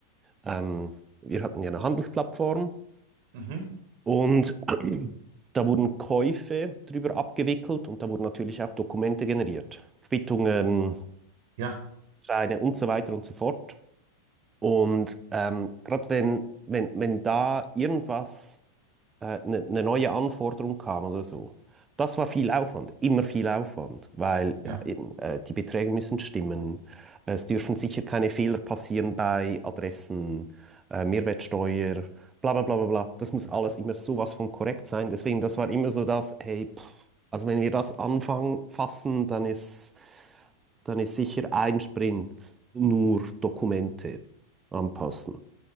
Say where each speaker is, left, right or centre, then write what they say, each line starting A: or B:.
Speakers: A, on the right; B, on the right.
A: ähm, wir hatten ja eine Handelsplattform.
B: Mhm.
A: Und <clears throat> da wurden Käufe drüber abgewickelt und da wurden natürlich auch Dokumente generiert, Quittungen,
B: Ja,
A: Scheine und so weiter und so fort. Und ähm, gerade wenn, wenn, wenn da irgendwas, eine äh, ne ne neue Anforderung kam oder so, das war viel Aufwand, immer viel Aufwand, weil
B: ja.
A: ja, eben, äh, die Beträge müssen stimmen, es dürfen sicher keine Fehler passieren bei Adressen, äh, Mehrwertsteuer, bla bla bla bla bla. Das muss alles immer sowas von korrekt sein. Deswegen, das war immer so das, hey, pff, also wenn wir das anfangen fassen, dann ist dann ist sicher ein Sprint nur Dokumente anpassen.